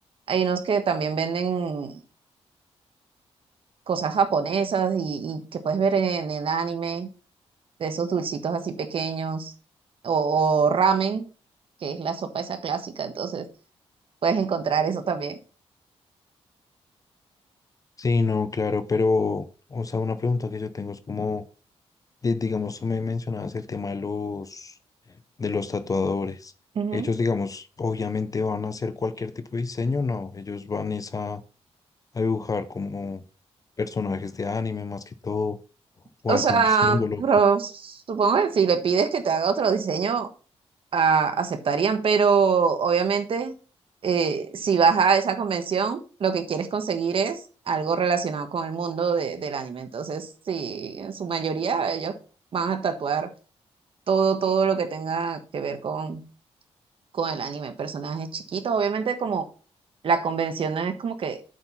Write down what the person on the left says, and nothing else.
Sí, no, claro, pero, o sea, una pregunta que yo tengo es como, de- digamos, tú me mencionabas el tema de los, de los tatuadores.
Ellos, digamos, obviamente van a hacer cualquier tipo de diseño, no, ellos van es a, a dibujar como personajes de anime más que todo, o
algún
símbolo.